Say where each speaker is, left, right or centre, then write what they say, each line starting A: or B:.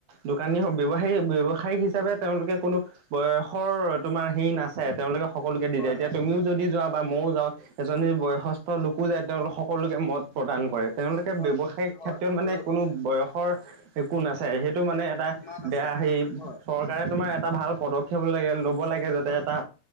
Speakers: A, on the right; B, on the left.
A: দোকানী ব্যৱসায়ী ব্যৱসায়িক হিচাপে তেওঁলোকে
B: কিন্তু
A: কোনো বয়সৰ তোমাৰ হেৰি না চায় তেওঁলোকে সকলোকে দি
B: হয়,
A: যায় এতিয়া
B: হয়,
A: তুমিও যদি যোৱা
B: আৰু-
A: বা মইও যাও। এজনী বয়সস্থ লোকো যায় তেওঁলোক সকলোকে মদ প্ৰদান
B: হয়,
A: কৰে
B: হয়,
A: তেওঁলোকে
B: হয়,
A: ব্যৱসায়িক
B: ঠিক- হয়,
A: ক্ষেত্ৰত মানে
B: ৰ-
A: কোনো বয়সৰ
B: হয়,
A: একো নাচায় সেইটো মানে এটা
B: কিমান আছা
A: বয়া হেৰি
B: হয়,
A: চৰকাৰে তোমাৰ এটা ভাল পদক্ষেপ লাগে লব লব লাগে যাতে
B: হয়।
A: এটা